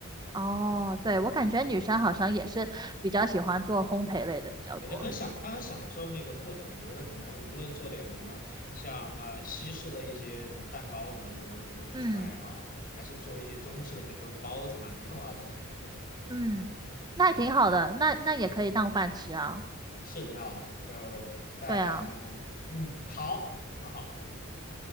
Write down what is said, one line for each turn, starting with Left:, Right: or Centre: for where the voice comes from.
Right: 哦，对，我感觉女生好像也是比较喜欢做烘焙类的比较多。
Left: 对，就很享他很享受那个过程，比如他可能无论做点什么，像呃西式的一些什么蛋糕什么什么什么东西出来也好，
Right: 嗯
Left: 还是做一些中式的，比如说包子、馒头啊之类，对，
Right: 嗯，那也挺好的，
Left: 是的，
Right: 那那也可以当饭吃啊。
Left: 是挺好的，就但嗯好很好。
Right: 对啊。